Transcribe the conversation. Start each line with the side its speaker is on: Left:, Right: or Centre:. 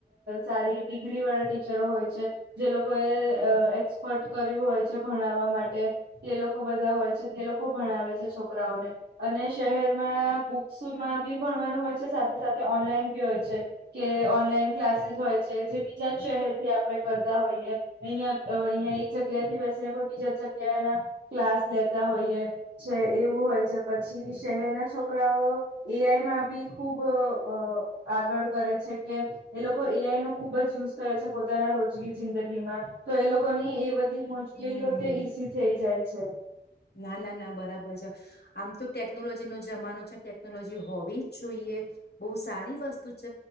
Right: સારી ડિગ્રી વાળા ટીચરો હોય છે જે લોકોએ અ એક્સપર્ટ કર્યું હોય છે ભણાવવા માટે તે લોકો બધા હોય છે તે લોકો ભણાવે છે છોકરાઓને અને શહેરમાં બુક્સમાં બી ભણવાનું હોય છે સાથે સાથે ઓનલાઈન બી હોય છે કે ઓનલાઈન ક્લાસીસ હોય છે જે બીજા જ શહેરથી આપડે કરતા હોઈએ અહીંયા અહીંયા એક જગ્યાથી બેસીને કોઈ બીજા જ જગ્યાના ક્લાસ લેતા હોઈએ છે એવું હોય છે પછી શહેરના છોકરાઓ એઆઈ માં બી ખુબ અ અ આગળ કરે છે કે એ લોકો એઆઈ નો ખુબ જ યુઝ કરે છે પોતાના રોજગી જિંદગીમાં તો એ લોકોની એ બધ બધી મુશ્કેલીઓ
Left: હમ
Right: તે ઈઝી થઈ જાય છે
Left: ના ના ના બરાબર છે આમ તો ટેકનોલોજી નો જમાનો છે ટેકનોલોજી હોવી જ જોઈએ બહુ સારી વસ્તુ છ